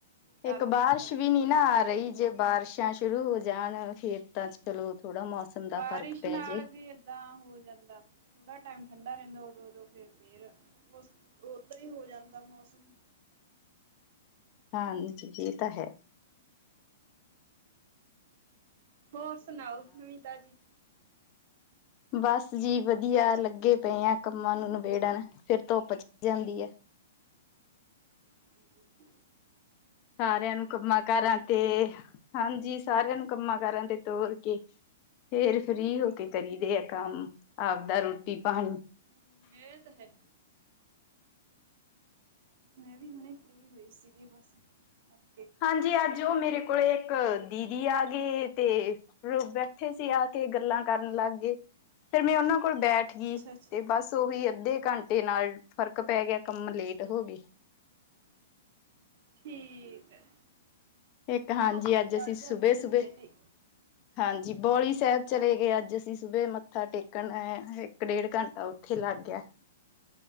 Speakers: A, on the right; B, on the left.
A: ਗਰਮੀ
B: ਇੱਕ ਬਾਰਿਸ਼
A: 'ਚ ਤਾਂ
B: ਵੀ ਨੀ
A: ਕਿਤੇ
B: ਨਾ
A: ਬਾਹਰ
B: ਆ ਰਹੀ
A: ਨਿਕਲ
B: ਜੇ ਬਾਰਿਸ਼ਾਂ ਸ਼ੁਰੂ ਹੋ ਜਾਣ ਫੇਰ ਤਾਂ ਚਲੋ ਥੋੜਾ ਮੌਸਮ ਦਾ
A: ਬਾਰਿਸ਼
B: ਫ਼ਰਕ ਪੈ
A: ਨਾਲ
B: ਜੇ
A: ਵੀ ਏਦਾਂ ਹੋ ਜਾਂਦਾ, ਥੋੜਾ ਟਾਈਮ ਠੰਡਾ ਰੈਂਦਾ ਓਦੋਂ-ਓਦੋ ਫੇਰ-ਫੇਰ ਓਦਾਂ ਹੀ ਹੋ ਜਾਂਦਾ ਮੌਸਮ।
B: ਹਾਂਜੀ, ਇਹ ਤਾਂ ਹੈ।
A: ਹੋਰ ਸੁਣਾਓ ਨਵੀ ਤਾਜੀ?
B: ਬਸ ਜੀ ਵਦੀਆ ਲੱਗੇ ਪਏ ਆ ਕੰਮਾਂ ਨੂੰ ਨਬੇੜਨ, ਫੇਰ ਧੋਪ ਚਣ ਜਾਂਦੀ ਆ।
A: ਹਾਂਜੀ-ਹਾਂਜੀ।
B: ਸਾਰੇਆਂ ਨੂੰ ਕੰਮਾਂ ਕਾਰਾਂ ਤੇ, ਹਾਂਜੀ ਸਾਰੇਆਂ ਨੂੰ ਕੰਮਾਂ ਕਾਰਾਂ ਤੇ ਤੋਰ ਕੇ ਫੇਰ ਫ੍ਰਰੀ ਹੋ ਕੇ ਕਰੀਦੇ ਆ ਕੰਮ ਆਪਦਾ ਰੋਟੀ-ਪਾਣੀ।
A: ਹੂੰ ਇਹ ਤੇ ਹੈ। ਮੈ ਵੀ ਹੁਣੇ ਫਰੀ ਹੋਈ ਸੀਗੀ ਬਸ ਕਰ
B: ਹਾਂਜੀ, ਅੱਜ ਉਹ ਮੇਰੇ ਕੋਲ ਇੱਕ ਦੀਦੀ ਆ ਗਏ ਤੇ ਫਿਰ ਬੈਠੇ ਸੀ ਆ ਕੇ ਗੱਲਾਂ ਕਰਨ ਲੱਗ ਗਏ। ਫਿਰ ਮੈ ਉਹਨਾਂ ਕੋਲ ਬੈਠ ਗਈ
A: ਅੱਛਾ ਅੱਛਾ
B: ਤੇ ਬੱਸ। ਉਹੀ ਅੱਧੇ ਘੰਟੇ ਨਾਲ ਫਰਕ ਪੈ ਗਿਆ ਕੰਮ ਲੇਟ ਹੋ ਗਈ।
A: ਠੀਕ ਹੈ।
B: ਇੱਕ ਹਾਂਜੀ,
A: ਧੁੱਪ
B: ਅੱਜ
A: ਚੜ
B: ਅਸੀ ਸੂਬੇ-ਸੂਬੇ
A: ਜਾਂਦੀ ਨਾ ਛੇਤੀ
B: ਹਾਂਜੀ, ਬੋਲੀ ਸਾਹਿਬ ਚਲੇ ਗਏ ਅੱਜ ਅਸੀ ਸੂਬੇ ਮੱਥਾ ਟੇਕਣ ਆ ਇੱਕ-ਡੇਢ ਘੰਟਾ ਉੱਥੇ ਲੱਗ ਗਿਆ।